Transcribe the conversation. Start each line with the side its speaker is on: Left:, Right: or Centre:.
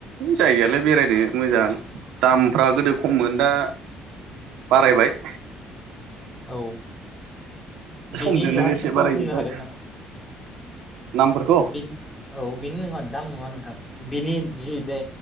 Right: जायगायालाय बेरायनो मोजां दामफ्रा गोदो खममोन दा बारायबाय
Left: औ
Right: समजों
Left: बिनि
Right: लोगोसे
Left: जाहोनफोरखौ
Right: बारायजोब्बाय
Left: बुंनो हागोन नामा?
Right: नामफोरखौ
Left: बिनि औ बिनि नङा दाम नङा नोंथां बिनि जि दे